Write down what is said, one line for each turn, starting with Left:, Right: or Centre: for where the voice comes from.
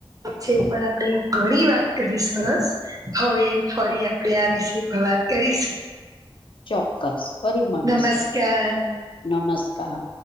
Right: છે <inaudible> આપે ઘણી વાત કરી સરસ. હવે ફરી આપણેે આ વિષ પર વાત કરીશું.
Left: ચોક્કસ ફરી મળીશું
Right: નમસ્કાર
Left: નમસ્કાર.